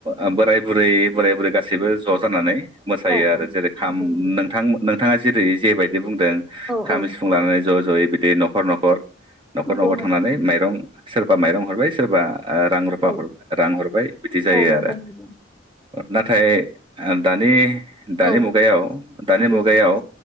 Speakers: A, on the right; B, in the centre.
A: ओ बोराय बुरै बोराय बुरै गासैबो ज' जानानै मोसायो
B: औ
A: आरो
B: औ
A: जेरै खाम
B: नंगौ नंगौ
A: नोंथां नोंथाङा जेरै जेबायदि बुं
B: औ
A: खाम
B: औ
A: सिफुं लानानै ज' ज'यै दै न'खर न'खर न'खर
B: नंगौ
A: न'खर
B: नंगौ
A: थांनानै माइरं सोरबा माइरं हरबाय सोरबा ओ रां रुफा
B: औ
A: हर रां हरबाय बिदि जायो
B: औ नंगौ
A: आरो
B: नंगौ
A: नाथाय ओ दानि दानि
B: औ
A: मुगायाव दानि
B: नंगौ
A: मुगायाव